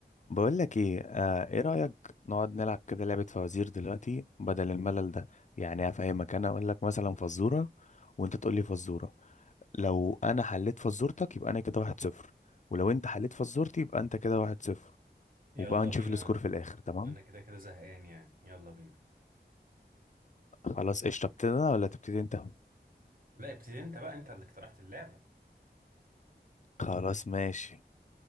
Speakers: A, on the left; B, on the right.
A: بقول لك ايه آه ايه رأيك نقعد نلعب كده لعبة فوازير دلوقتي بدل الملل ده يعني افهمك انا اقول لك مثلا فزورة وانت تقول لي فزورة لو انا حليت فزورتك يبقى انا كده واحد صفر ولو انت حليت فزورتي يبقى انت كده واحد صفر
B: يلا
A: وبقى نشوف
B: بينا
A: السكور في الاخر تمام
B: انا كده كده زهقان يعني يلا بينا
A: خلاص ايش ابتدي انا ولا تبتدي انت
B: لا ابتدي انت بقى انت اللي اقترحت اللعبة
A: خلاص ماشي